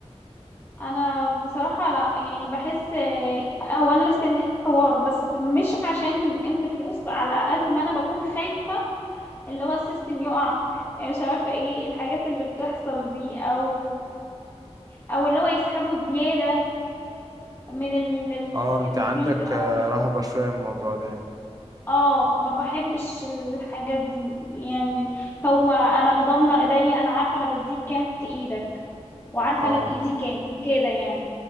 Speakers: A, on the left; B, on the right.
A: انا بصراحة لا يعني بحس آه، هو انا نفس الحوار بس مش عشان قيمة الفلوس على قد ما انا بكون خايفة اللي هو السيستم يقع آه، مش عارفة ايه الحاجات اللي بتحصل دي او او اللي هو يسحبوا زيادة من ال- الفيزا
B: اه انت عندك
A: او
B: آه،
A: كده
B: رهبة شوية من الموضوع ده يعني
A: اه ما بحبش الحاجات دي يعني هو انا ضامنة ايديا انا عارفة انا بديك كام في ايدك وعارفة
B: اه
A: انا في ايدي كام كده يعني